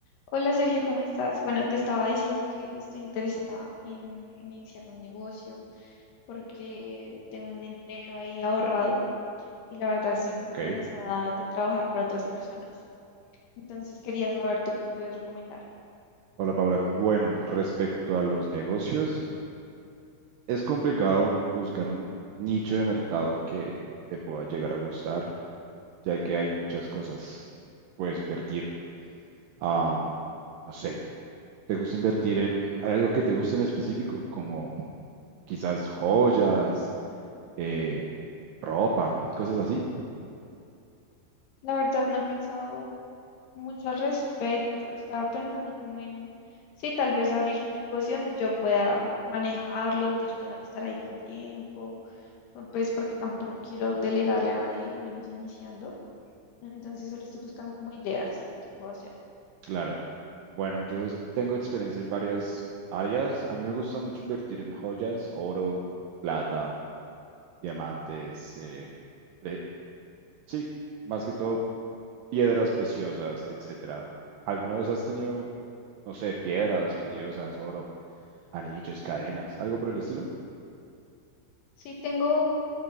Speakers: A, on the left; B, on the right.
A: Hola Sergio, ¿cómo estás? Bueno, te estaba diciendo que estoy interesada en, en iniciar un negocio porque tengo un dinero ahí ahorrado y la verdad estoy un poco
B: Ok,
A: cansada de trabajar para otras personas. Entonces quería saber tú qué me puedes recomendar.
B: hola Paula. Bueno, respecto a los negocios, es complicado buscar un nicho de mercado que te pueda llegar a gustar, ya que hay muchas cosas que puedes invertir. Am, no sé, ¿te gusta invertir en, hay algo que te guste en específico, como quizás joyas, eh, ropa, cosas así.
A: La verdad no he pensado mucho al respecto. Estaba pensando como en, sí, tal vez abrir un negocio donde yo pueda manejarlo, donde yo tenga que estar ahí todo el tiempo, pues porque tampoco quiero delegarle a nadie, y menos iniciando. Entonces solo estoy buscando como ideas de qué puedo hacer.
B: Claro. Bueno, yo es- tengo experiencia en varias áreas. A mí me gusta mucho invertir en joyas, oro, plata, diamantes. eh, eh, sí, más que todo piedras preciosas, etcétera. ¿Alguna vez has tenido, no sé, piedras preciosas, oro, anillos, cadenas, algo por el estilo?
A: Sí, tengo